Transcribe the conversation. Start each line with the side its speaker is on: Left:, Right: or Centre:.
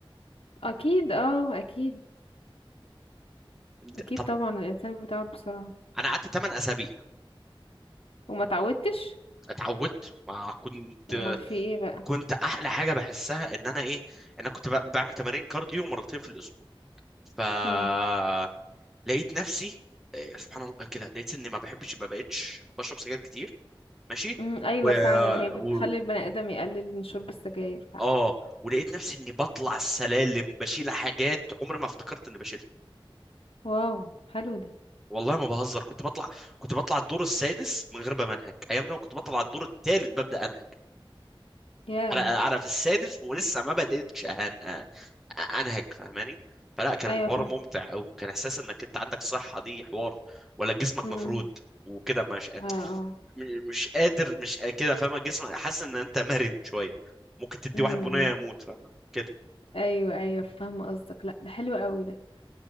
Left: اكيد اه اكيد
Centre: ده-
Left: اكيد
Centre: طب
Left: طبعا الانسان بيتعود بسرعه
Centre: انا قعدت 8 اسابيع
Left: وما تعودتش
Centre: اتعودت ما كنت
Left: امال في ايه بقى
Centre: كنت احلى حاجه بحسها ان انا ايه ان انا كنت ب- بعمل تمارين كارديو مرتين في الاسبوع فلقيت
Left: امم
Centre: نفسي آه، سبحان الله كده لقيت اني ما بحبش ما بقتش بشرب سجاير كتير ماشي
Left: امم ايوه
Centre: و...
Left: فعلا هي بتخلي
Centre: و...
Left: البني ادم يقلل من شرب السجاير فعلا
Centre: اه ولقيت نفسي اني بطلع السلالم بشيل حاجات عمري ما افتكرت اني بشيلها
Left: واو حلو ده
Centre: والله ما بهزر كنت بطلع كنت بطلع الدور السادس من غير ما انهج ايام زمان كنت بطلع الدور الثالث ببدا انهج
Left: ياه
Centre: انا انا في السادس ولسه ما بديتش أهن... أ- انهج فاهماني فلا كان
Left: ايوه
Centre: الحوار
Left: فاهم
Centre: ممتع قوي كان احساس انك انت عندك صحة دي حوار ولا جسمك
Left: امم
Centre: مفرود وكده مش
Left: اه اه
Centre: م- مش قادر مش قا- كده فاهمة جسمك حاسس ان انت مرن شوية ممكن تدي
Left: امم
Centre: واحد بنية يموت فاهمة كده
Left: ايوه ايوه فاهمه قصدك لا ده حلو قوي ده